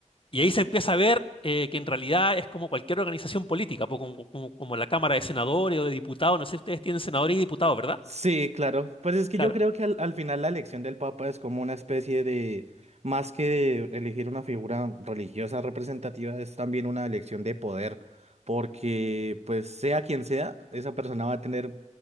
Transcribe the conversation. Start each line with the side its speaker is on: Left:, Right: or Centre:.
Left: Y ahí se empieza a ver eh, que en realidad es como cualquier organización política, po, como, como- como la Cámara de Senadores o de Diputados. No sé si ustedes tienen senadores y diputados, ¿verdad?
Right: Sí, claro. Pues es que
Left: Claro.
Right: yo creo que al, al final la elección del Papa es como una especie de, más que de elegir una figura religiosa representativa, es también una elección de poder, porque pues sea quien sea, esa persona va a tener